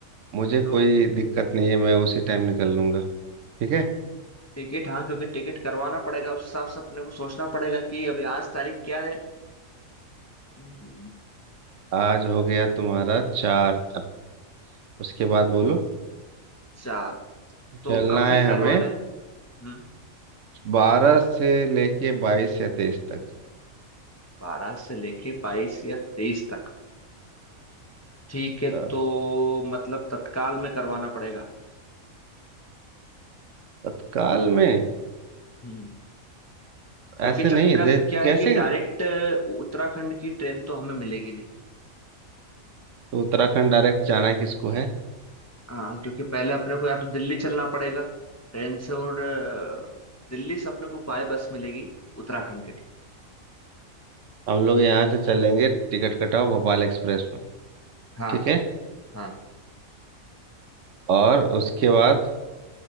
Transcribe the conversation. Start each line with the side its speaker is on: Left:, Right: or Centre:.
Right: मुझे कोई
Left: तो
Right: दिक्कत नहीं है मैं उसी टाइम निकल लूंगा ठीक है
Left: टिकट हाँ क्योंकि टिकट करवाना पड़ेगा उस हिसाब से अपने को सोचना पड़ेगा कि अभी आज तारीख क्या है हम्म,
Right: आज हो गया तुम्हारा चार अब उसके बाद बोलो
Left: चार तो
Right: चलना
Left: कब की
Right: है
Left: करवा
Right: हमें
Left: लें हम्म
Right: बारह से लेके बाईस या तेईस तक
Left: बारह से लेके बाईस या तेईस तक ठीक है
Right: अ,
Left: तो मतलब तत्काल में करवाना पड़ेगा
Right: तत्काल में
Left: हम्म क्योंकि
Right: ऐसे
Left: चक्कर
Right: नहीं दे
Left: क्या
Right: कैसे
Left: है कि डायरेक्ट उत्तराखंड की ट्रेन तो हमें मिलेगी नहीं
Right: तो उत्तराखंड डायरेक्ट जाना किसको है
Left: हाँ क्योंकि पहले अपने को या तो दिल्ली चलना पड़ेगा ट्रेन से और अ, दिल्ली से अपने को बाय बस मिलेगी उत्तराखंड के लिए
Right: हम लोग यहाँ से चलेंगे टिकट कटाओ भोपाल एक्सप्रेस में
Left: हाँ
Right: ठीक है
Left: हाँ
Right: और उसके बाद